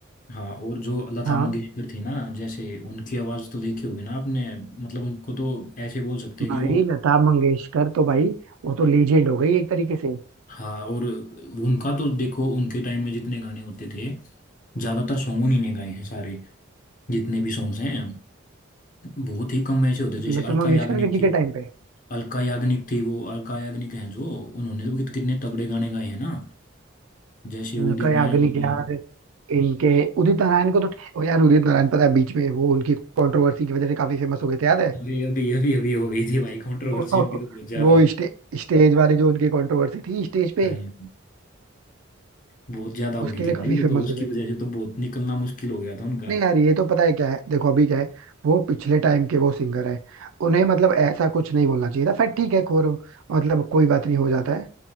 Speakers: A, on the left (about 40°); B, on the right (about 85°).
A: हाँ और जो लता
B: हाँ
A: मंगेशकर थी ना जैसे उनकी आवाज तो देखी होगी ना आपने मतलब उनको तो ऐसे बोल सकते हैं
B: भाई
A: कि वो
B: लता मंगेशकर तो भाई वो तो लीजेंड हो गई एक तरीके से
A: हाँ और उनका तो देखो उनके टाइम में जितने गाने होते थे ज्यादातर सॉन्ग उन्हीं ने गाए हैं सारे जितने भी सॉन्ग्स हैं बहुत ही कम ऐसे होते जैसे
B: लता
A: अलका
B: मंगेशकर
A: याग्निक
B: जी
A: थी
B: के टाइम पे
A: अलका याग्निक थी वो अलका याग्निक है जो उन्होंने तो कित- कितने तगड़े गाने गाए हैं ना जैसे
B: उनका
A: उदित
B: याग्निक
A: नारायण जी
B: यार
A: हैं
B: इनके उदित नारायण को तो ओ यार उदित नारायण पता है बीच में वो उनकी कंट्रोवर्सी की वजह से काफी फेमस हो गए थे याद है
A: अरे अभी अभी अभी हो गई थी भाई कंट्रोवर्सी
B: <laughs>
A: इनकी तो
B: वो
A: बहुत ज्यादा
B: स्टे, स्टेज वाली जो उनकी कंट्रोवर्सी थी स्टेज पे
A: भाई, बहुत ज्यादा हो
B: उसके
A: गई
B: लिए
A: थी
B: काफी
A: भाई वो
B: फेमस
A: तो उसकी
B: हो गए
A: वजह
B: थे
A: से तो बहुत निकलना मुश्किल हो गया था उनका
B: नहीं यार ये तो पता है क्या है देखो अभी क्या है वो पिछले टाइम के वो सिंगर है उन्हें मतलब ऐसा कुछ नहीं बोलना चाहिए था फिर ठीक है खोर मतलब कोई बात नहीं हो जाता है